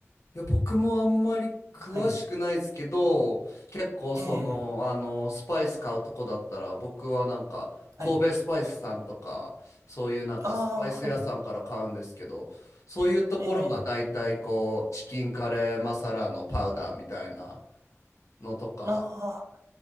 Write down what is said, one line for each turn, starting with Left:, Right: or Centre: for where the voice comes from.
Left: いや、僕もあんまり詳しくないですけど、
Right: <laughs> はい。
Left: 結構その、
Right: ええ、
Left: あの、スパイス買うとこだったら、僕はなんか、神戸スパイスさんとか、
Right: はい。
Left: そういうなんかスパイス屋さんから買うんですけど、
Right: ああ、はい。
Left: そういうところが大体こう、
Right: ええ、
Left: チキンカレーマサラのパウダーみたいなのとか、
Right: ああ、